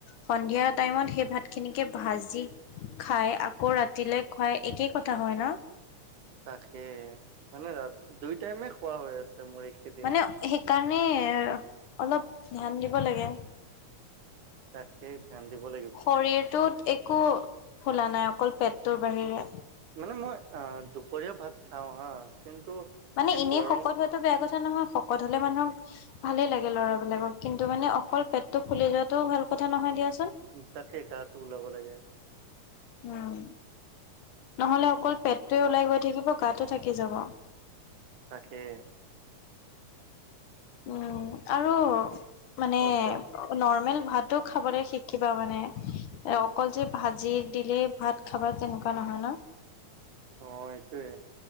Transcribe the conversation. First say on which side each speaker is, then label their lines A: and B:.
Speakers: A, on the left; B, on the right.
A: সন্ধিয়া টাইমত সেই ভাত খিনিকে ভাজি খাই আকৌ ৰাতিলে খুৱাই একেই কথা হয় ন
B: তাকে মানে ৰা দুই টাইমে খোৱা হৈ আছে মোৰ এইকেইদিন
A: মানে সেইকাৰণে অলপ ধ্যান দিব লাগে।
B: তাকে ধ্যান দিব লাগিব।
A: শৰীৰটোত একো ফোলা নাই অকল পেটটোৰ বাহিৰে।
B: মানে মই অ দুপৰীয়া ভাত খাওঁ হা। কিন্তু
A: মানে
B: এই
A: এনেই
B: গৰম
A: শকত হোৱাটো বেয়া কথা নহয়, শকত হলে মানুহক ভালে লাগে ল'ৰাবিলাকক। কিন্তু মানে অকল পেটটো ফুলি যোৱাটো ভাল কথা নহয় দিয়াচুন।
B: তাকেই গাটো ওলাব লাগে।
A: উম নহলে অকল পেটটোৱে ওলাই গৈ থাকিব গাতো থাকি যাব
B: তাকে।
A: উম আৰু মানে
B: অ কোৱা
A: নৰ্মেল ভাতো খাবলে শিকিবা মানে অকল যে ভাজি দিলেই ভাত খাবা তেনেকুৱা নহয় ন। <inaudible>
B: অ সেইটোৱে।